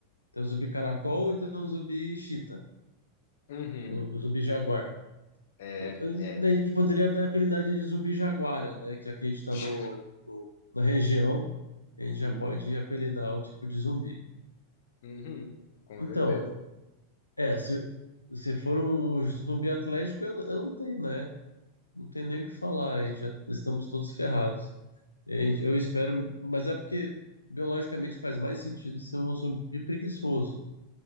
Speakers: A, on the left; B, on the left.
A: tem um zumbi caracol e tem um zumbi chita,
B: Uhum.
A: o zumbi jaguar.
B: É,
A: Eu- eu-
B: é.
A: A gente poderia até apelidar de zumbi jaguara, né? Que aqui a gente está
B: <laughs>
A: no, no- na região, a gente
B: Sim.
A: já pode apelidar o tipo de zumbi.
B: Uhum. Com
A: Então,
B: certeza.
A: é, se, se for um um zumbi atlético, eu, não- eu não tenho, né? Não tem nem o que falar, a gente já estamos todos ferrados. É,
B: Uhum.
A: Eu espero, mas é porque biologicamente faz mais sentido ser um zumbi preguiçoso,